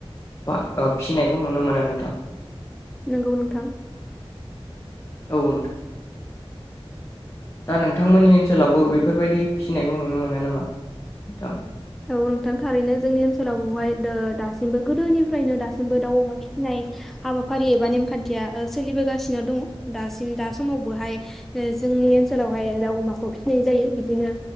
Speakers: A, on the left; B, in the centre.
A: बा ओ फिसिनायखौ नुनो मोनो नोंथां
B: नंगौ नोंथां
A: औ नोंथां दा नोंथांमोननि ओनसोलावबो बेफोरबायदि फिसिनायखौ नुनो मोनो नामा नोंथां
B: औ नोंथां थारैनो जोंनि ओनसोलाव बहाय दो दासिमबो गोदोनिफ्रायनो दासिमबो दाउ अमा फिसिनाय हाबाफारि एबा नेमखान्थिया सोलिबोगासिनो दङ दासिम दा समावबोहाय जोंनि ओनसोलावहाय दाउ अमाखौ फिसिनाय जायो बिदिनो